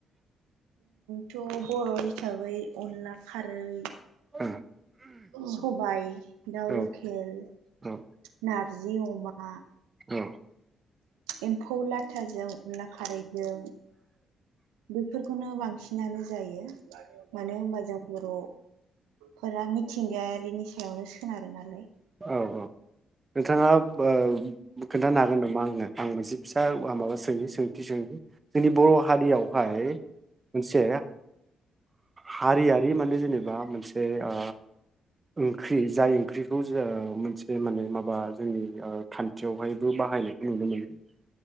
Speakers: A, on the right (about 80°); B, on the right (about 30°).
A: थ बर' हिसाबै अनला खारै
B: ओ
A: सबायाइ दाउ
B: औ
A: लकेल
B: औ
A: ना जि अमा
B: औ।
A: एम्फौ लाथाजों अनला खारै। जों बेफोर खौनो बांसिनानो जायो। मानो होनबा जों बर' फोरा मिथिंगायारिनि सायावनो सोनारो नालाय।
B: औ औ नोंथाङा ओ खोन्थानो हागोन नामा आंनो आं मोनसे फिसा माबा सों सोंनि सोंथि सोंनि जोंनि बर' हारियावहाय मोनसे हारियारि माने जेनेबा मोनसे ओ ओंख्रि जाय ओंख्रि खौ जों मोनसे माने माबा जोंनि ओ खान्थियावहायबो बाहायनायखौ नुनो मोनो